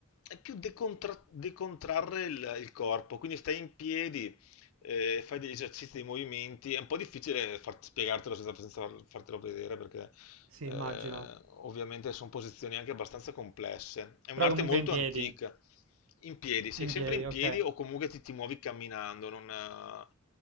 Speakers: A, on the left (about 70°); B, on the right (about 70°).
A: è più decontra- decontrarre il, il corpo, quindi stai in piedi, eh, fai degli esercizi, dei movimenti, è un po' difficile far- spiegartelo senza, senza far- fartelo vedere, perché
B: Sì,
A: eh,
B: immagino.
A: ovviamente sono posizioni anche abbastanza complesse. È
B: Però
A: un'arte
B: comunque
A: molto
B: in piedi,
A: antica. In piedi, sei
B: in
A: sempre
B: piedi,
A: in
B: ok,
A: piedi o comunque ti, ti muovi camminando, non, eh,